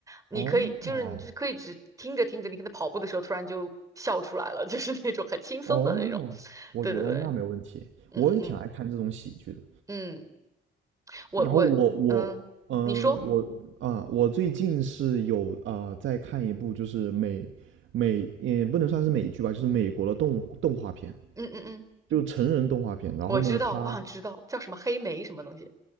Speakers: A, on the right; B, on the right.
A: 你可以就是你就可以只听着听着，
B: 哦
A: 你可能跑步的时候突然就笑出来了，<laughs> 就是那种很轻松的那种。
B: 哦，我觉得那没问题，
A: 对对对，嗯嗯
B: 我也挺爱看这种喜剧的。
A: 嗯嗯，我我嗯，
B: 然后我我嗯、
A: 你说，
B: 呃我啊我最近是有啊、呃在看一部就是美美也不能算是美剧吧，就是美国的动动画片，
A: 嗯嗯嗯，
B: 就成人动画片。然后呢，
A: 我知道，
B: 它
A: 我想知道叫什么黑莓什么东西。